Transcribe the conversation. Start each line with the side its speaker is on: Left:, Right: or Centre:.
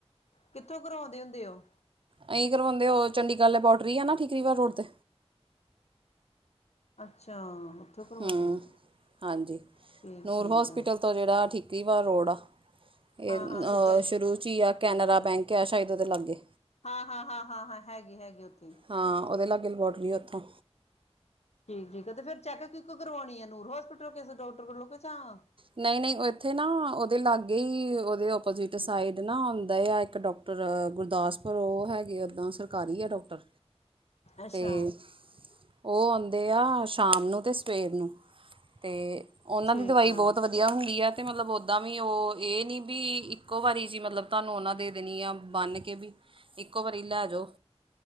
Left: ਕਿੱਥੋਂ ਕਰਵਾਉਂਦੇ ਹੁੰਦੇ ਹੋ
Right: ਅਸੀਂ ਕਰਵਾਦੇ ਉਹ ਚੰਗੀ ਗੱਲ ਬੋਟਰੀ ਆ ਨਾ ਠੀਕਰੀਵਾ ਰੋਡ 'ਤੇ
Left: ਅੱਛਾ, ਉੱਥੋਂ ਕਰਵਾਉਂਦੇ
Right: ਹੂੰ
Left: ਹੋ
Right: ਹਾਂਜੀ
Left: ਠੀਕ
Right: ਨੂਰ
Left: ਠੀਕ
Right: ਹੋਸਪਿਟਲ
Left: ਆ
Right: ਤੋਂ ਜਿਹੜਾ ਠੀਕ, ਤਿਵਾ ਰੋੜਾ ਇਹ
Left: ਹਾਂ ਹਾਂ ਸਿੱਧਾ
Right: ਅਹ
Left: ਹੀ
Right: ਸ਼ੁਰੂ ਚ ਹੀ ਆ ਕੈਨੇਰਾ ਬੈਂਕ ਆ ਸ਼ਾਇਦ ਉਹਦੇ ਲਾਗੇ
Left: ਹਾਂ ਹਾਂ ਹਾਂ ਹਾਂ ਹਾਂ ਹੈਗੀ ਹੈਗੀ ਉੱਥੇ
Right: ਹਾਂ ਉਹਦੇ ਲਾਗੇ, ਇਕ ਲਬੋਟਰੀ ਉੱਥੋਂ
Left: ਠੀਕ ਠੀਕ ਆ ਤੇ ਫੇਰ ਚੈੱਕ ਚੁਕ ਕਿਉ ਕਰਾਣੀ ਆ ਹੈ ਨੂਰ ਹੋਸਪਿਟਲ ਕਿਸੇ ਡਾਕਟਰ ਕੋਲੋਂ ਕਿਸ ਜਾਂ,
Right: ਨਹੀਂ ਨਹੀਂ ਇੱਥੇ ਨਾ ਉਹਦੇ ਲਾਗੇ ਹੀ ਉਦੇ ਓਪੋਜਿਟ ਸਾਈਡ ਨਾ ਆਦਾ ਆ ਇੱਕ ਡਾਕਟਰ ਗੁਰਦਾਸਪੁਰ ਉਹ ਹੈਗੇ, ਓਦਾਂ ਸਰਕਾਰੀ ਆ ਡਾਕਟਰ
Left: ਅੱਛਾ
Right: ਤੇ ਉਹ ਆਂ ਸ਼ਾਮ ਨੂੰ ਤੇ ਸਵੇਰ ਨੂੰ, ਅਤੇ, ਉਹਨਾਂ
Left: ਠੀਕ
Right: ਦੀ ਦਵਾਈ
Left: ਆ
Right: ਬਹੁਤ ਹੁੰਦੀ ਆ ਤੇ ਮਤਲਬ ਓਦਾਂ ਵੀ ਉਹ ਇਹ ਨੀ ਵੀ ਇੱਕੋ ਵਾਰੀ ਜੀ। ਮਤਲਬ ਤੁਹਾਨੂੰ ਉਹਨਾਂ ਦੇ ਦੇਣੀ ਆ। ਬੰਨ ਕੇ ਵੀ ਇੱਕੋ ਵਾਰੀ ਲੈ ਜਾਓ।